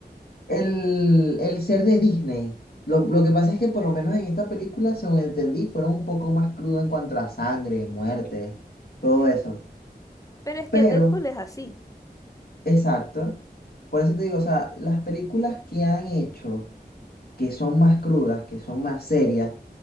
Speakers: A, on the left; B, on the left.
A: el, el ser de Disney, lo, lo que pasa es que por lo menos en esta película, según entendí, fueron un poco más cruda en cuanto a sangre, muerte, todo eso.
B: Pero es que
A: Pero,
B: Deadpool es así.
A: exacto, por eso te digo, o sea, las películas que han hecho, que son más crudas, que son más serias,